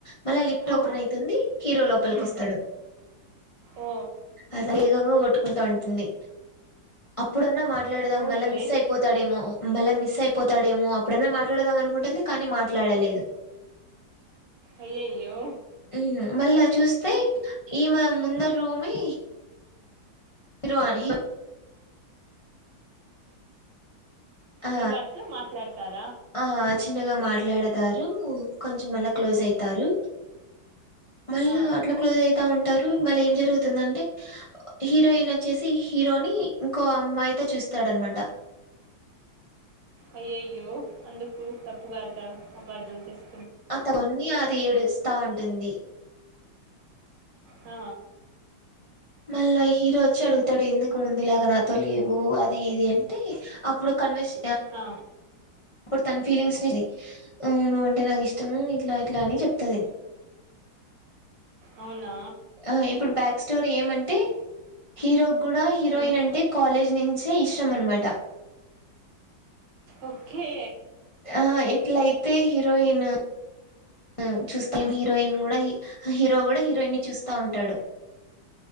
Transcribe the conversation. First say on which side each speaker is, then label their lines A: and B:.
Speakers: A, on the left (about 45°); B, on the right (about 65°).
A: మళ్ళ లిఫ్ట్
B: హో
A: ఓపెన్ అయితుంది హీరో లోపలికొస్తాడు
B: ఉమ్. ఓ
A: అది వేగంగా కొట్టుకుంటా ఉంటుంది అప్పుడన్నా మాట్లాడదాం
B: అవునులే
A: మళ్ళా మిస్ అయిపోతాడేమో మళ్ళా మిస్ అయిపోతాడేమో అప్పుడన్నా మాట్లాడదాం అనుకుంటుంది కానీ మాట్లాడలేదు
B: అయ్యయ్యో
A: ఊమ్ మళ్ళా చూస్తే ఈమె ముందర రూమి హరు హి ఆ
B: ఇం అట్లా మాట్లాడతారు
A: ఆ చిన్నగా మ మాట్లాడతారు కొంచం మళ క్లోజ్ అయితారు మళ్ళా
B: ఆ,
A: అట్లా క్లోజ్ అయితా ఉం ఉంటారు మళ్ళీ ఏం జరుగుతుందంటే హీరోయిన్ వచ్చేసి హీరోని ఇంకో అమ్మాయితో చూస్తాడనమాట
B: అయ్యయ్యో అందుకు తప్పుగా అత అపార్థం చేస్
A: అ తవన్న అది ఏడు స్తా ఉంటుంది
B: ఆ
A: మళ్ళా హీరో వచ్చి అడుగుతాడు ఇందుకు ముందులాగా నాతో లేవు అది ఇది అంటే అప్పుడు కన్వెస్
B: ఆ
A: అప్పుడు తన ఫీలింగ్స్ నిది ఊమ్ నువు అంటే నాకు ఇష్టము ఇట్లా ఇట్లా అని చెప్తంది
B: అవునా
A: ఆ ఇప్పుడు బ్యాక్ స్టోరీ ఏమం టే హీరో కూడా హీరోయిన్
B: ఉమ్,
A: అంటే కాలేజ్ నించే ఇష్టం అన్నమాట
B: ఓకే
A: ఆ ఎట్లయితే హీరోయిను ఉమ్ చూస్తాం హీరోయిన్ కూడా హీరో కూడా హీరోయిన్ ని చూస్తా ఉంటాడు